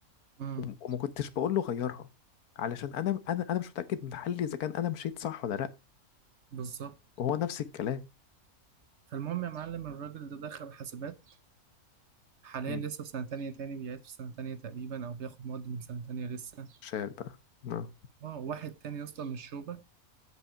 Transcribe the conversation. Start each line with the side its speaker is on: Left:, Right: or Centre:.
Right: مم.
Left: وم- وما كنتش بقول له غيرها علشان انا انا انا مش متاكد من حلي اذا كان انا مشيت صح ولا لا
Right: بالظبط
Left: وهو نفس الكلام
Right: فالمهم يا معلم الراجل ده دخل حاسبات حاليا
Left: مم.
Right: لسه في سنة تانية تاني بيعيد في سنة تانية تقريبا أو بياخد مواد من سنة تانية لسه
Left: شال بقى اه
Right: آه، واحد تاني يا اسطى من الشوبة